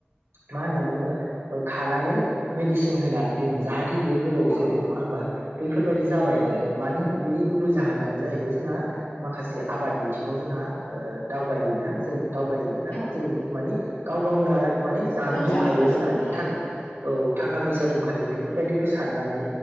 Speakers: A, on the right; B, on the left.
A: मा होननानै बुङो खानानै मेडिसिन होनानै दोनो जाहा थे बियो गोबाव
B: औ
A: जोरो नङा होनोमबा? बैफोरबायाददि जाबाय आरो मानो होन बिनि गुबै जाहोनानो जाहैबाय जोंहा माखासे आबाद बिथिङाव जोंहा जोंहा दावगायैना जों दावगायै ना
B: औ
A: जों मानि गाव गावना माने जानो
B: उन
A: दंखायो
B: जालांगासिनो
A: होननानै
B: दङना
A: थाख औ। थाखा फैसा दंखायो बेफोरबायदिखौ साननानै